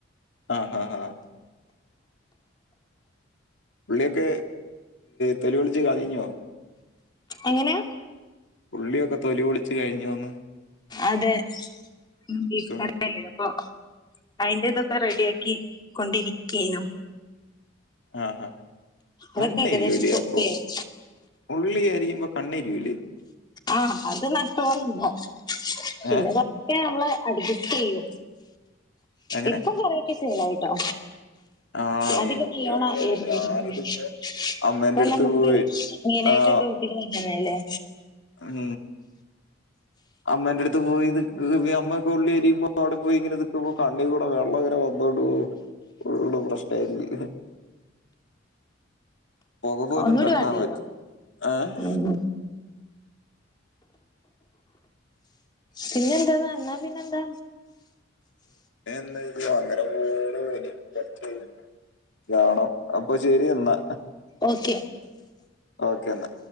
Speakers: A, on the left; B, on the left.
A: ആഹ് ആഹ് ഉള്ളിയൊക്കെ തെലിപൊളിച്ച് കളഞ്ഞോ
B: എങ്ങനെ
A: ഉള്ളിയൊക്കെ തൊലി പൊളിച്ച് കഴിഞ്ഞുവോന്ന്
B: അതെ <unintelligible>
A: ഉം
B: അയിൻ്റിതൊക്കെ റെഡിയാക്കി കൊണ്ടിരിക്കേനു
A: ആഹ്
B: അതൊക്കെ
A: കണ്ണരിയൂലപ്പൊ
B: ഏകദേശം പൂർത്തിയായി
A: ഉള്ളി അരിയുമ്പോ കണ്ണരിയൂലേ
B: ആഹ് അത് നട്ടോലിണ്ടാവു പിന്നെ
A: ഏഹ്
B: കൊറെക്ക നമ്മള് അഡ്ജസ്റ്റ് ചെയ്യോ
A: എങ്ങനെ
B: ഇപ്പൊ കൊറെ ക്കെ ശീലായിട്ടോ
A: ആഹ്
B: അധിക
A: എനിക്കും
B: <unintelligible>
A: അങ്ങനെയാണ് ഞാനിതിപ്പോ അമ്മേന്റെ
B: ഇപ്പൊ
A: അടുത്ത്
B: നമക്ക്
A: പോയി
B: മെയിനായിട്ട്
A: ആഹ്
B: ഡ്യൂട്ടിയിതല്ലേ
A: ഉം അമ്മേന്റെടുത്ത് പോയി നിക്ക അമ്മക്കെ ഉള്ളിരിയുമ്പോ അവിടെ പോയി ഇങ്ങനെ നിക്കുമ്പോ കണ്ണികൂടെ വെള്ളങ്ങന്നെ വന്നോണ്ട് പോ ഉള്ള പ്രശ്നായിരിക്കും പൊക പോലും
B: ഒന്നൂടി
A: തട്ടാൻ
B: വാണ്ടി
A: പറ്റും
B: വരുവോ
A: ഏഹ്
B: ഉം പിന്നെ എന്തന്നാ എന്നാ പിന്നെന്താ
A: പിന്ന എന്താ അങ്ങനപോണ് <unintelligible> കാണാം അപ്പൊ ശെരിന്നാ
B: ഓക്കെ
A: ഓക്കെ എന്നാ